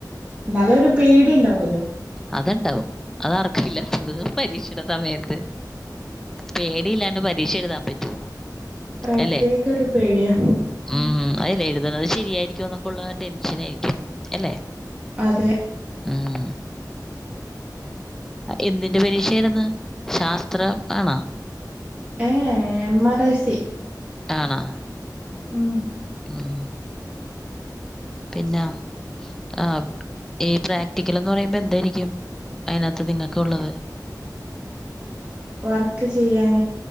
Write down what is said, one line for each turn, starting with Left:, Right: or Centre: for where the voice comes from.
Right: എന്നാലും ഒരുപേടി ഉണ്ടാവല്ലോ?
Centre: അത് ഉണ്ടാവും. അതാർക്കാ ഇല്ലാത്തത് പരീക്ഷയുടെ സമയത്ത് പേടിയില്ലാണ്ട് പരിക്ഷ എഴുതാൻ പറ്റോ
Right: പ്രത്യേക
Centre: അല്ലെ
Right: ഒരു പേടിയാ
Centre: ഉം അതല്ലേ എഴു ശരിയായിരിക്കോ എന്നൊക്കെ ഉള്ള ടെൻഷൻ ആയിരിക്കും അല്ലെ?
Right: അതെ
Centre: ഉം എന്തിന്റെ പരീക്ഷായിരുന്നു ശാസ്ത്രം ആണോ
Right: ഏഹ് എമ്മ റൈ സി
Centre: ആണോ
Right: ഉം
Centre: ഉം പിന്നെ ആഹ് ഈ പ്രാക്ടിക്കൽ എന്ന് പറയുമ്പോ എന്തായിരിക്കും അതിനകത്ത് നിങ്ങൾക്ക ഉള്ളത്
Right: വർക്ക് ചെയ്യൻ